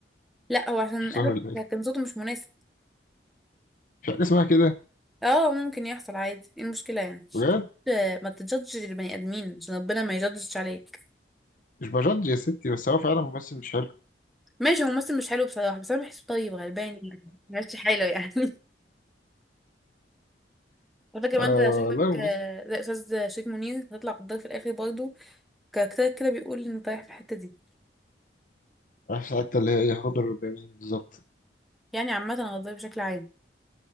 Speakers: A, in the centre; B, on the left.
A: لا هو عشان
B: مش
A: قالت
B: عارف اللي-
A: كان صوته مش مناسب
B: مش حاجه اسمها كده
A: اه ممكن يحصل عادي ايه المشكله يعني
B: بجد
A: ما تجدش البني ادمين عشان ربنا ما يجدش عليك
B: مش بجد يا ستي بس هو فعلا ممثل مش حلو
A: ماشي هو ممثل مش حلو بصراحه بس انا بحسه طيب غلبان يعني ماشي حاله يعني <laughs> على فكره ما
B: اه
A: انت شكلك
B: لا ممثل
A: آه، زي استاذ شريف منير هتطلع قدام في الاخر برضه كاركترك كده بيقول ان رايح في الحته دي
B: عارف حتى اللي هي ايه هضر بمين بالظبط
A: يعني عامه غدار بشكل عام